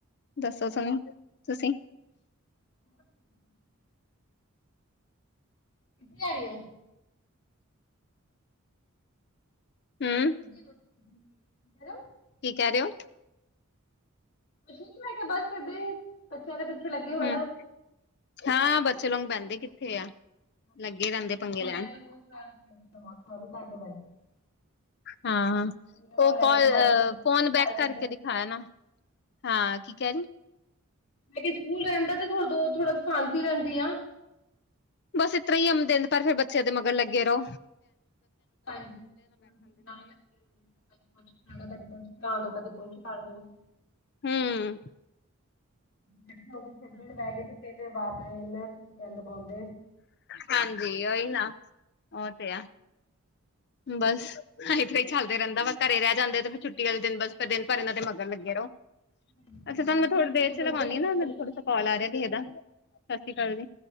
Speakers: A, on the left (about 50°); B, on the left (about 80°).
A: ਦੱਸੋ ਸਾਨੂੰ ਤੁਸੀਂ?
B: <inaudible> ਕਿੱਥੇ ਜਾ ਰੀ ਆ।
A: ਹਮ
B: <unintelligible>
A: ਕੀ ਕੈ ਰੇ ਓ।
B: ਕੁਛ ਨੀ ਮੈਂ ਕਿਆ ਬਸ ਏਦਾਂ ਈ ਬੱਚਿਆਂ ਦੇ ਪਿੱਛੇ ਲੱਗੇ ਹੋਏ
A: ਹਮ
B: ਆ।
A: ਹਾਂ ਬੱਚੇ ਲੋਂਗ ਬੈਂਦੇ ਕਿੱਥੇ ਆ।
B: ਹਾਂ,
A: ਲੱਗੇ ਰਹਿੰਦੇ
B: ਉੱਥੇ
A: ਪੰਗੇ ਲੈਣ
B: ਓ ਦਿਮਾਗ <unintelligible>
A: ਹਾਂ,
B: ਮੇਰਾ
A: ਓ
B: ਰਹਿੰਦਾ
A: ਕਾਲ
B: ਤਾਂ ਪੜ੍ਹਤਾ ਦੋ
A: ਫੋਨ ਬੈਕ
B: ਚਾਰ
A: ਕਰਕੇ
B: ਘੰਟੇ ਮੈਂ
A: ਦਿਖਾਇਆ ਨਾ। ਹਾਂ ਕੀ ਕੈ ਰੀ।
B: ਮੈਂ ਕਿਆ ਸਕੂਲ ਰਹਿੰਦਾ ਥੋੜਾ ਓਦੋ ਥੋੜਾ ਸਾਂਤੀ ਰਹਿੰਦੀ ਆ।
A: ਬਸ ਇਤਰਾਂ ਈ ਆ ਦੀਂ ਭਰ ਫਿਰ ਬੱਚਿਆਂ ਦੇ ਮਗਰ ਲੱਗੇ ਰੋ।
B: ਹਾਂਜੀ‌‌ <unintelligible> <unintelligible>
A: ਹਮ
B: ਬੈਠੇ ਹੋ ਕੇ ਛੱਡਣ ਬੈਗ ਤੇ ਫਿਰ ਤੇ ਬਾਤਨਾ ਗੰਦ ਪਾਉਂਦੇ।
A: ਹਾਂਜੀ ਓਹੀ ਨਾ ਓ ਤੇ ਆ। ਬਸ ਏਥੋਂ ਈ ਚੱਲਦੇ ਰਹਿੰਦਾ ਵਾ ਘਰੇ ਰੈ ਜਾਂਦੇ ਤੇ ਫਿਰ ਛੁੱ ਟੀ ਆਲੇ ਦਿਨ ਬਸ ਦਿਨ ਭਰ ਏਨਾਂ ਦੇ ਮਗਰ ਲੱਗੇ ਰੋ। ਅੱਛਾ,
B: ਹਾਂਜੀ,
A: ਤੁਹਾਨੂੰ ਮੈਂ
B: ਮੇਰੀ
A: ਥੋੜੀ
B: ਕੁੜੀ
A: ਦੇਰ
B: ਦਾ
A: ਚ
B: ਬਰਥਡੇ
A: ਲਗਾਉਣੀ ਆ ਨਾ
B: ਤੇ ਜਾਣਾ
A: ਮੂੰ ਥੋੜਾ
B: ਸੀ
A: ਸਾ
B: ਸ਼ਾਪਿੰਗ
A: ਕਾਲ ਆ ਰਿਆ
B: ਕਰਨ
A: ਕਿਸੇ ਦਾ ਸਤਿ ਸ੍ਰੀ ਕਾਲ ਜੀ।